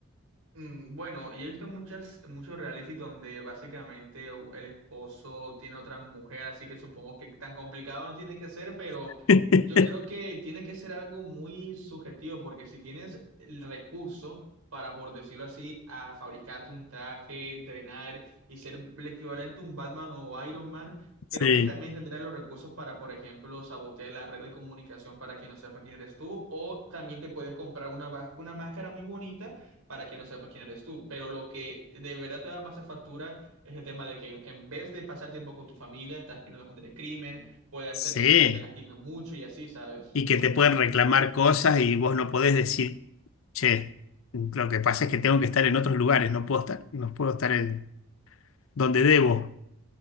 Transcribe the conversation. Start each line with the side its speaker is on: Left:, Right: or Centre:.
Right: Mm, Bueno, yo he visto muchas, muchos reality donde básicamente u- el esposo tiene otra mujer, así que supongo que tan complicado no tiene que ser, pero
Left: <laughs>
Right: yo creo que tiene que ser algo muy subjetivo, porque si tienes el recurso para, por decirlo así, a fabricarte un traje, entrenar y ser el equivalente a un Batman o Iron Man,
Left: Sí,
Right: creo que también tendrás los recursos para, por ejemplo, sabotear la red de comunicación para que no sepa quién eres tú, o también te puedes comprar una, vas- una máscara muy bonita para que no sepa quién eres tú. Pero lo que de verdad te va a pasar factura es el tema de que en vez de pasar tiempo con tu familia, estás peleando contra el crimen, puede
Left: sí.
Right: ser que un día te lastime mucho y así, ¿sabes?
Left: Y que te pueden reclamar cosas y vos no podés decir, che, lo que pasa es que tengo que estar en otros lugares, no puedo estar, no puedo estar en donde debo.